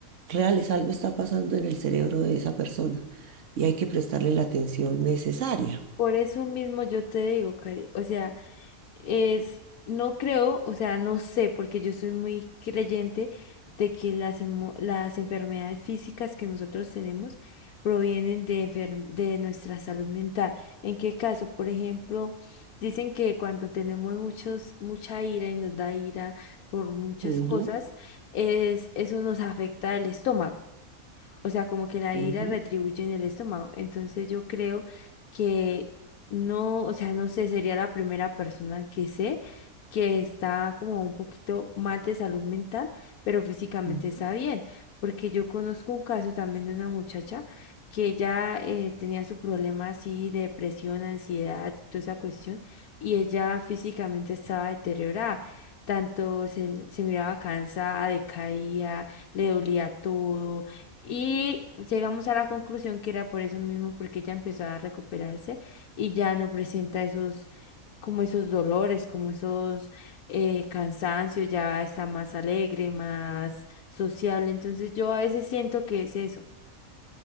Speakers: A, on the right (about 60°); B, on the left (about 85°).
A: reales. Algo está pasando en el cerebro de esa persona y hay que prestarle la atención necesaria.
B: por eso mismo yo te digo, Cari, o sea, es, no creo, o sea, no sé, porque yo soy muy creyente de que las, emo- las enfermedades físicas que nosotros tenemos provienen de, enfer- de nuestra salud mental. ¿En qué caso? Por ejemplo, dicen que cuando tenemos muchos, mucha ira y nos da ira por muchas
A: Ujú,
B: cosas, es, eso nos afecta el estómago. O sea, como que la
A: ujú,
B: ira retribuye en el estómago. Entonces yo creo que no, o sea, no sé, sería la primera persona que sé que está como un poquito mal de salud mental, pero físicamente
A: ujú.
B: está bien. Porque yo conozco un caso también de una muchacha que ella eh, tenía su problema así de depresión, ansiedad, toda esa cuestión, y ella físicamente estaba deteriorada. Tanto se, se miraba cansada, decaía, le dolía todo y llegamos a la conclusión que era por eso mismo, porque ella empezó a recuperarse y ya no presenta esos, como esos dolores, como esos eh, cansancios, ya está más alegre, más sociable. Entonces yo a veces siento que es eso.